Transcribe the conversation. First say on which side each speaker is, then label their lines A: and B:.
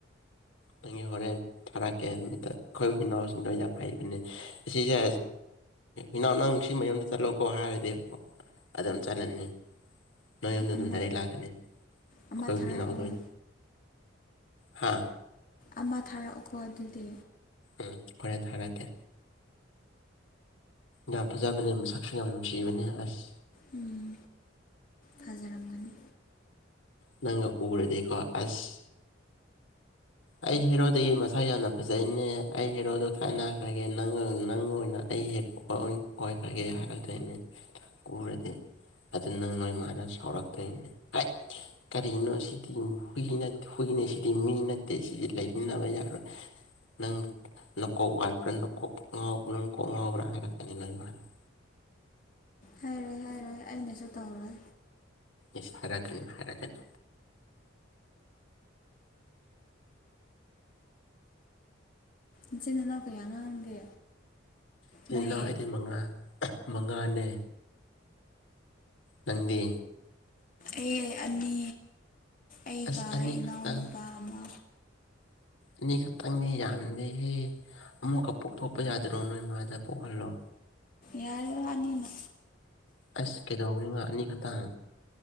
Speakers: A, on the left; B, on the left.
A: ꯅꯪꯒꯤ ꯍꯣꯔꯦꯟ ꯊꯥꯔꯛꯀꯦꯇ ꯑꯩꯈꯣꯏ ꯍꯨꯅꯥꯎ ꯗꯎ ꯌꯥꯝ ꯍꯩꯕꯅꯦ ꯑꯁꯤꯁꯦ ꯏꯅꯥꯎ ꯅꯪ ꯁꯤ ꯃꯌꯨꯝꯗ ꯆꯠꯂꯣꯀꯣ ꯍꯥꯏꯔꯗꯤ ꯑꯗꯨꯝ ꯆꯠꯂꯅꯤ ꯅꯣꯏ ꯌꯨꯝꯗ ꯑꯗꯨꯝ
B: ꯑꯃ
A: ꯗꯥꯏꯔꯦꯛ ꯂꯥꯛꯀꯅꯤ
B: ꯑꯃ
A: ꯈꯣꯏ
B: ꯊꯥꯔꯛꯑꯣ
A: ꯍꯨꯏ ꯅꯥꯎꯗꯣꯏ ꯍꯥ
B: ꯑꯃ ꯊꯥꯔꯛꯑꯣꯀꯣ ꯑꯗꯨꯗꯤ
A: ꯎꯝ ꯍꯣꯔꯦꯟ ꯊꯔꯥꯛ ꯀꯦ ꯌꯥꯝ ꯐꯖꯥꯕꯅꯦ ꯃꯁꯛ ꯁꯨ ꯅꯥꯝ ꯂꯅꯨꯡꯁꯤꯕꯅꯦ ꯑꯁ
B: ꯎꯝ ꯐꯖꯔꯝꯒꯅꯤ
A: ꯅꯪꯒ ꯎꯔꯗꯤꯀꯣ ꯑꯁ ꯑꯩ ꯍꯦꯔꯣꯗꯒꯤ ꯃꯁꯥ ꯌꯥꯝꯅ ꯐꯖꯩꯅꯦ ꯑꯩ ꯍꯦꯔꯣꯗꯣ ꯀꯥꯏꯅꯈ꯭ꯔꯒꯦ ꯅꯪ ꯅꯪ ꯑꯣꯏꯅ ꯑꯩ ꯍꯦꯔꯣꯛ <inaudible> <inaudible> ꯀꯨꯔꯗꯤ ꯑꯗꯨ ꯅꯪ ꯅꯣꯏ ꯃꯥꯅ ꯁꯥꯎꯔꯛꯇꯣꯏꯅꯦ ꯀꯔꯤꯅꯣ ꯁꯤꯗꯤ ꯍꯨꯏ ꯍꯨꯏꯅꯦ ꯁꯤꯗꯤ ꯃꯤ ꯅꯠꯇꯦ ꯦꯁꯤꯗꯤ ꯂꯩꯃꯤꯟꯅꯕ ꯌꯥꯔꯣꯏ <inaudible> <unintelligible> ꯅꯪ ꯅꯀꯣꯛ ꯋꯥꯏꯠꯄ꯭ꯔꯥ ꯅꯀꯣꯛ ꯉꯥꯎꯕ꯭ꯔ ꯅꯪ ꯀꯣꯛ ꯉꯥꯎꯕ꯭ꯔꯥ ꯍꯥꯏꯔꯛꯀꯅꯤ ꯂꯣꯏꯦ <inaudible>
B: ꯍꯥꯏꯔꯣꯏ ꯍꯥꯏꯔꯣꯏ ꯑꯩꯅꯁꯨ ꯇꯧꯔꯣꯏ
A: ꯏꯁ ꯍꯥꯏꯔꯛꯀꯅꯤ ꯍꯥꯏꯔꯛꯀꯅꯤ
B: ꯏꯆꯤꯟ ꯏꯅꯥꯎ ꯀꯌꯥꯅꯣ ꯅꯪꯗꯤ
A: ꯏꯆꯤꯟꯜ
B: ꯅꯣꯏ
A: ꯏꯅꯥꯎ ꯍꯥꯏꯗꯤ ꯃꯉꯥ ꯃꯉꯥꯅꯦ ꯅꯪꯗꯤ
B: ꯑꯩ ꯑꯅꯤ ꯑꯩꯒ
A: ꯑꯁ ꯑꯅꯤ
B: ꯏꯅꯥꯎꯅꯨꯄꯥ
A: ꯈꯛꯇꯪ
B: ꯑꯃ
A: ꯑꯅꯤ ꯈꯛꯇꯪꯗꯤ ꯌꯥꯝꯗꯦꯍꯦ ꯑꯃꯨꯛꯀ ꯄꯣꯛꯊꯣꯛꯄ ꯌꯥꯗꯔꯣ ꯅꯣꯏ ꯃꯥꯗ ꯄꯣꯛꯍꯜꯂꯣ
B: ꯌꯥꯔ ꯑꯅꯤꯅ
A: ꯑꯁ ꯀꯩꯗꯧꯕꯅꯤ ꯉ ꯑꯅꯤꯈꯛꯇꯪ